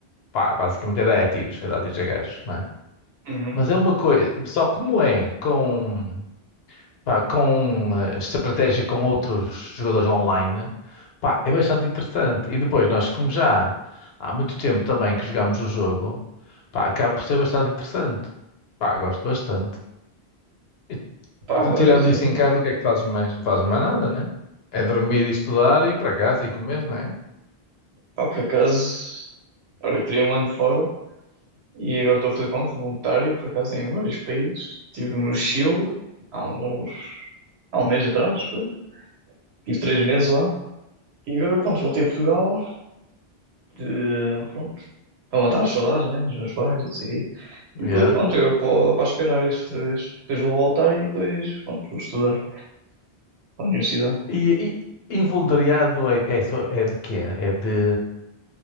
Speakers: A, on the left; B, on the right.
A: pá, basicamente é dar é tiros, é dar tiros a gajos,
B: Uhum.
A: Mas é uma coisa, só como é com, pá, com eh, estratégia com outros jogadores online, pá, é bastante interessante. E depois nós, como já há muito tempo também que jogamos o jogo, pá, acaba por ser bastante interessante. Pá, gosto bastante. E,
B: Pá,
A: e tu
B: olha,
A: tirando
B: sim,
A: isso
B: sim.
A: em casa, o que é que fazes mais? Não fazes mais nada, né? É dormir e estudar e ir para casa e comer, né?
B: Pá, por acaso. Olha, eu teria um ano fora, E agora estou a fazer, pronto, voluntário, por acaso, em vários países. Estive no Chile há uns, há um mês atrás, pois. Tive três meses lá. E agora, pronto, voltei a Portugal, de, pronto, para matar as saudades, né, dos meus pais, e não sei o quê. E
A: Yeah.
B: depois, pronto, agora para, para as Canárias outra vez. Depois vou voltar e depois, pronto, vou estudar para a universidade.
A: E, e, e voluntariado é, é, só- é de quê? É de...